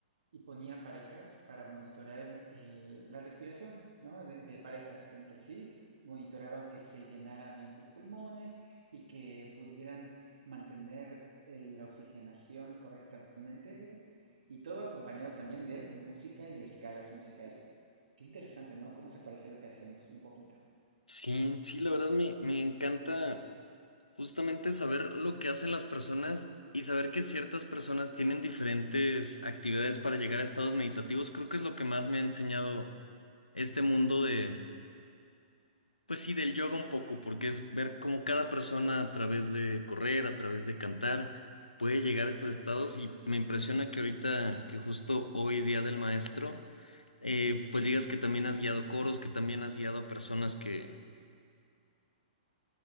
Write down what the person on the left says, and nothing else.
Sí, sí, la verdad me, me encanta. Justamente saber lo que hacen las personas y saber que ciertas personas tienen diferentes actividades para llegar a estados meditativos, creo que es lo que más me ha enseñado este mundo de, pues sí, del yoga un poco, porque es ver cómo cada persona a través de correr, a través de cantar, puede llegar a estos estados y me impresiona que ahorita, que justo hoy día del maestro, eh, pues digas que también has guiado coros, que también has guiado a personas que...